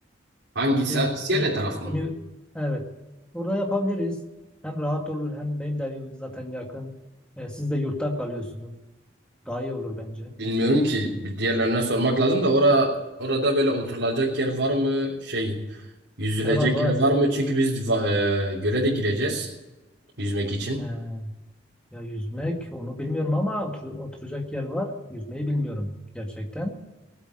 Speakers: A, on the right; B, in the centre.
A: Hangisi?
B: Direkt
A: İskele
B: ön-
A: taraf mı?
B: önü, evet. Burada yapabiliriz. Hem rahat olur hem benim de evim zaten yakın. E, siz de yurtta kalıyorsunuz. Daha iyi olur bence.
A: Bilmiyorum ki bir diğerlerine sormak lazım da ora orada böyle oturulacak yer var mı? Şey yüzülecek
B: E var var.
A: yer var mı? Çünkü biz va- e, göle de gireceğiz yüzmek için.
B: E, ya yüzmek onu bilmiyorum ama otur- oturacak yer var. Yüzmeyi bilmiyorum gerçekten.